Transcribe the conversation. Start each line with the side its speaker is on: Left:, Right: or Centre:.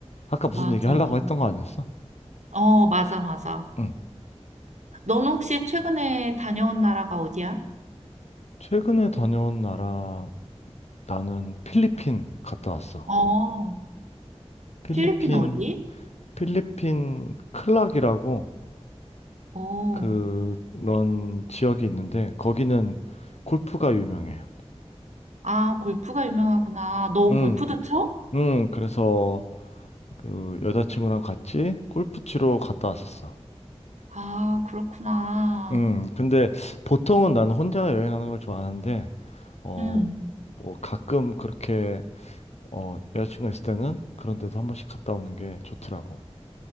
Left: 아까 무슨
Right: 맞아.
Left: 얘기 하려고 했던 거 아니었어?
Right: 어, 맞아, 맞아.
Left: 응.
Right: 너는 혹시 최근에 다녀온 나라가 어디야?
Left: 최근에 다녀온 나라, 나는 필리핀 갔다 왔어.
Right: 어,
Left: 필리핀,
Right: 필리핀 어디?
Left: 필리핀 클락이라고
Right: 어.
Left: 그런 지역이 있는데 거기는 골프가 유명해요.
Right: 아, 골프가 유명하구나. 너
Left: 응,
Right: 골프도 쳐?
Left: 응, 그래서 그 여자친구랑 같이 골프 치러 갔다 왔었어.
Right: 아, 그렇구나.
Left: 응, 근데 보통은 난 혼자 여행하는 걸 좋아하는데, 어,
Right: 음.
Left: 뭐 가끔 그렇게, 어, 여자친구가 있을 때는 그런 데도 한 번씩 갔다 오는 게 좋더라고.